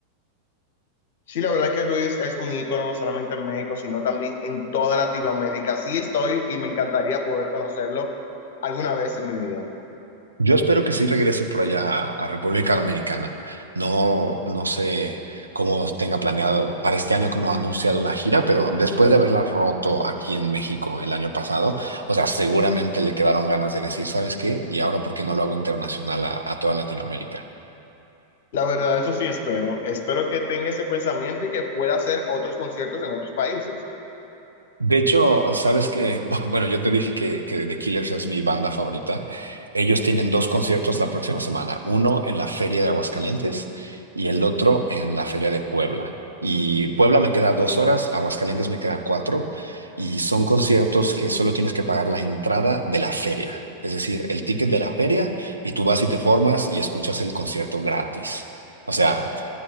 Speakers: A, on the left (about 55°); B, on the right (about 85°).
A: Sí, la verdad que Luis es un ícono no solamente en México, sino también en toda Latinoamérica. Sí estoy y me encantaría poder conocerlo alguna vez en mi vida.
B: Yo espero que sí regrese por allá a, a República Dominicana. No, no sé cómo tenga planeado para este año que no ha anunciado una gira, pero después de haberla roto aquí en México el año pasado, o sea, seguramente le quedaron ganas de decir, ¿sabes qué? Y ahora, ¿por qué no lo hago internacional a a toda Latinoamérica?
A: La verdad, eso sí espero. Espero que tenga ese pensamiento y que pueda hacer otros conciertos en otros países.
B: De hecho, sabes que, <laughs> bueno, yo te dije que, que The Killers es mi banda favorita. Ellos tienen dos conciertos la próxima semana, uno en la Feria de Aguascalientes y el otro en la Feria de Puebla. Y Puebla me queda dos horas, Aguascalientes me queda cuatro, y son conciertos que solo tienes que pagar la entrada de la feria, es decir, el ticket de la feria, y tú vas y te formas y escuchas el concierto gratis. O sea,